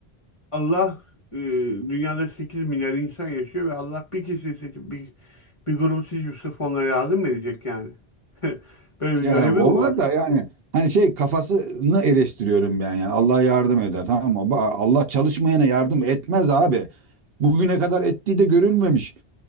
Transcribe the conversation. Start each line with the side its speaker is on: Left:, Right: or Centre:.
Left: Allah e, dünyada 8 milyar insan yaşıyor ve Allah bir kişiyi seçip bir, bir grubu seçip sırf onlara yardım mı edecek yani. <laughs> Böyle bir
Right: Ya
Left: görevi
Right: o
Left: mi var?
Right: var da yani hani şey kafasını eleştiriyorum ben yani Allah yardım eder tamam mı? Ba- Allah çalışmayana yardım etmez abi. Bugüne kadar ettiği de görülmemiş.